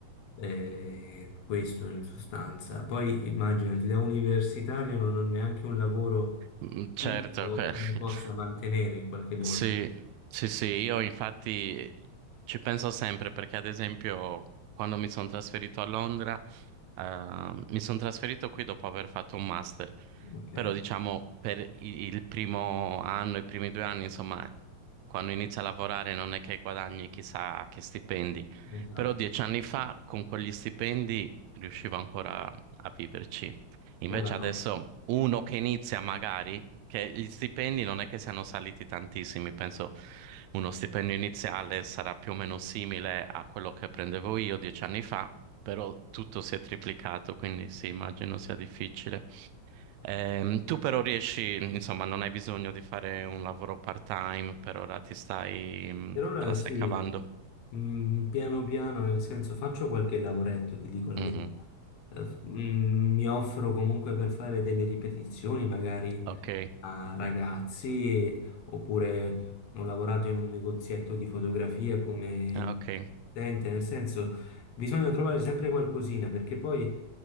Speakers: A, on the left; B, on the right.
A: Eh, questo in sostanza. Poi immaginati, da universitario non ho neanche un lavoro
B: Mm,
A: fisso
B: Certo, que-
A: che
B: <laughs>
A: mi possa mantenere in qualche modo.
B: sì, sì, sì, io infatti ci penso sempre perché ad esempio quando mi sono trasferito a Londra Ehm, mi sono trasferito qui dopo aver fatto un master,
A: Ok,
B: però diciamo per i- il primo anno, i primi due anni, insomma, quando inizi a lavorare non è che guadagni chissà che stipendi,
A: esatto.
B: però dieci anni fa con quegli stipendi riuscivo ancora a viverci. Invece
A: Ora no.
B: adesso uno che inizia magari, che gli stipendi non è che siano saliti tantissimi, penso uno stipendio iniziale sarà più o meno simile a quello che prendevo io dieci anni fa però tutto si è triplicato, quindi sì, immagino sia difficile. Ehm, tu però riesci, insomma, non hai bisogno di fare un lavoro part-time, per ora ti stai, mh,
A: Per ora
B: te la
A: sì,
B: stai cavando.
A: mm, piano piano, nel senso faccio qualche lavoretto, ti dico la
B: Mhm,
A: verità. Eh, f- mm, mi offro comunque per fare delle ripetizioni, magari
B: Ok,
A: a ragazzi, oppure ho lavorato in un negozietto di fotografia come
B: ah,
A: un
B: ok,
A: assistente, nel senso bisogna trovare sempre qualcosina, perché poi